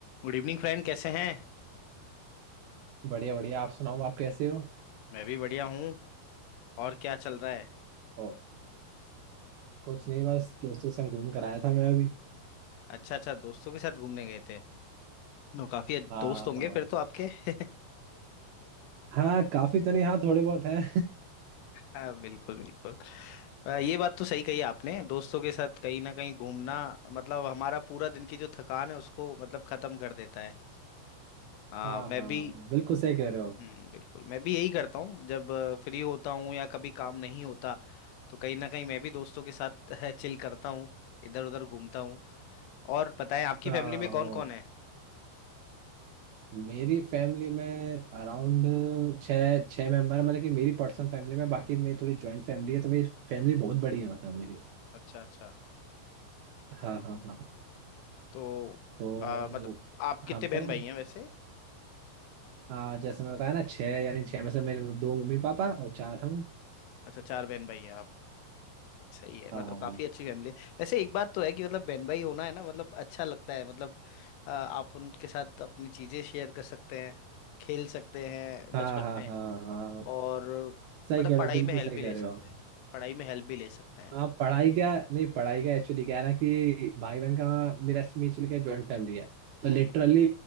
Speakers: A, on the left; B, on the right.
A: गुड इवनिंग फ्रेंड कैसे हैं
B: बढ़िया बढ़िया आप सुनाओ आप कैसे हो
A: मैं भी बढ़िया हूँ और क्या चल रहा है
B: ओ कुछ नहीं बस दोस्तों के संग घूम कर आया था मैं अभी
A: अच्छा अच्छा दोस्तों के साथ घूमने गए थे नो काफी
B: हाँ
A: दोस्त होंगे
B: हाँ
A: फिर तो आपके <laughs>
B: हाँ काफी तो नहीं हाँ थोड़े बहुत हैं
A: हाँ बिल्कुल बिल्कुल अ, ये बात तो सही कही आपने दोस्तों के साथ कहीं ना कहीं घूमना मतलब हमारा पूरा दिन की जो थकान है उसको मतलब खत्म कर देता है
B: <laughs>
A: आ,
B: हाँ
A: मैं
B: हाँ
A: भी
B: बिल्कुल सही कह रहे हो आप
A: हम्म बिल्कुल मैं भी यही करता हूँ जब फ्री होता हूँ या कभी काम नहीं होता तो कहीं ना कहीं मैं भी दोस्तों के साथ <laughs> चिल करता हूँ इधर उधर घूमता हूँ और पता है आपकी
B: हाँ
A: फैमिली में कौन
B: हो
A: कौन है
B: मेरी फैमिली में अराउंड छः छः मेंबर है मतलब कि मेरी पर्सनल फैमिली में बाकी मेरी थोड़ी जॉइंट फैमिली है तो मेरी फैमिली बहुत बड़ी है मतलब मेरी
A: अच्छा अच्छा
B: हाँ हाँ हाँ
A: तो
B: तो
A: आ, मतलब आप कितने
B: हाँ बताओ
A: बहन भाई हैं वैसे
B: हाँ जैसे मैंने बताया ना छः यानी छः में से मेरे दो मम्मी पापा और चार हम
A: अच्छा चार बहन भाई हैं आप सही है मतलब
B: हाँ हाँ
A: काफी
B: हाँ।
A: अच्छी फैमिली है वैसे एक बात तो है कि मतलब बहन भाई होना है ना मतलब अच्छा लगता है मतलब आ, आप उनके साथ अपनी चीजें शेयर कर सकते हैं खेल सकते हैं
B: हाँ
A: बचपन
B: हाँ
A: में
B: हाँ हाँ
A: और
B: सही
A: मतलब
B: कह रहे
A: पढ़ाई
B: हो बिल्कुल
A: में हेल्प
B: सही
A: भी
B: कह
A: ले
B: रहे
A: सकते
B: हो आप
A: हैं पढ़ाई में हेल्प भी ले सकते हैं
B: हाँ पढ़ाई का नहीं पढ़ाई का एक्चुअली क्या है ना कि भाई बहन का मेरा म्यूचुअल का जॉइंट फैमिली है तो
A: हम्म
B: लिटरली